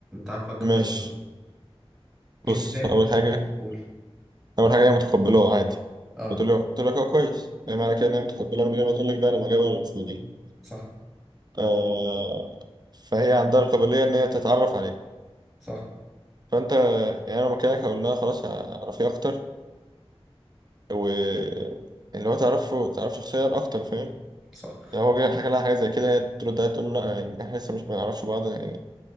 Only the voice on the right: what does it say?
ماشي
بص
أول حاجة
أول حاجة هي متقبلاه عادي
بتقول له قلت لك أه كويس يعني معنى كده إن هي متقبلاه من غير ما تقول لك بقى أنا معجبة ولا مش معجبة
آه فهي عندها القابلية إن هي تتعرف عليه
فانت يعني انا مكانك هقول لها خلاص اعرفيه اكتر و اللي هو تعرفه تعرف شخصيا اكتر فاهم
يعني هو جاي حكى لها حاجه زي كده هي ترد عليها تقول له لا يعني احنا لسه مش ما نعرفش بعض يعني